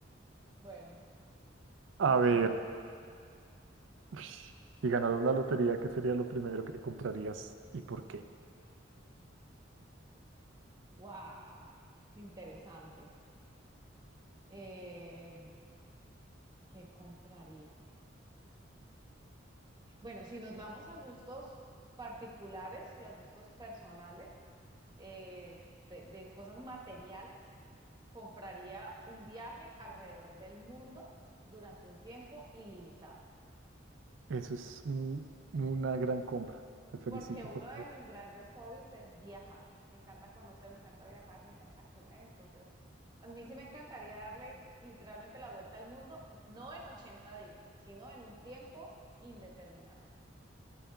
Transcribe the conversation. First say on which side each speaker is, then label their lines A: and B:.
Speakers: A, on the right; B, on the right.
A: Bueno,
B: A
A: entonces,
B: ver, uy, si ganaras la lotería, ¿qué sería lo primero que comprarías y por qué?
A: wow, interesante. Eh, ¿qué compraría? Bueno, si nos vamos a gustos particulares y a gustos personales. eh, de, de cosas materiales, compraría un viaje alrededor del mundo durante un tiempo ilimitado,
B: Eso es un- una gran compra. Te felicito
A: porque uno
B: por...
A: de mis grandes hobbies es viajar. Me encanta conocer, me encanta viajar, me encanta comer, entonces a mí sí me encantaría darle literalmente la vuelta al mundo, no en 80 días, sino en un tiempo indeterminado.